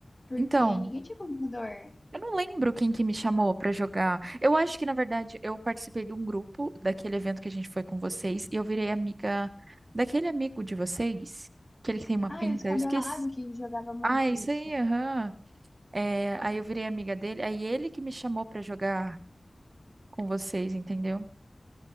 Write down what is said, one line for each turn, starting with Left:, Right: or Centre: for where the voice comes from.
Left: Porque
Right: Então,
Left: ninguém tinha computador.
Right: eu não lembro quem que me chamou pra jogar. Eu acho que, na verdade, eu participei de um grupo daquele evento que a gente foi com vocês e eu virei amiga daquele amigo de vocês, aquele que tem uma
Left: Ah,
Right: pinta,
Left: e o descabelado
Right: eu esqueci.
Left: que jogava muito
Right: Ah, é isso
Left: isso.
Right: aí, aham. É, aí eu virei amiga dele, aí ele que me chamou pra jogar com vocês, entendeu?